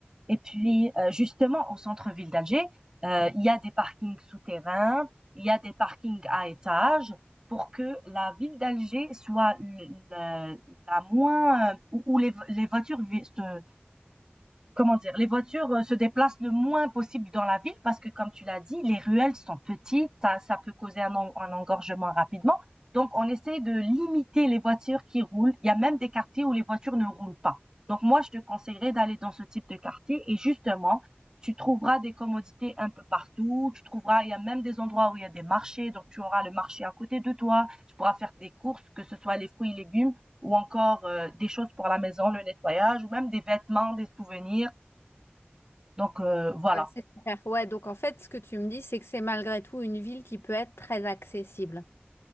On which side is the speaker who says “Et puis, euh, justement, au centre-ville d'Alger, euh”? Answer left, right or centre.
Right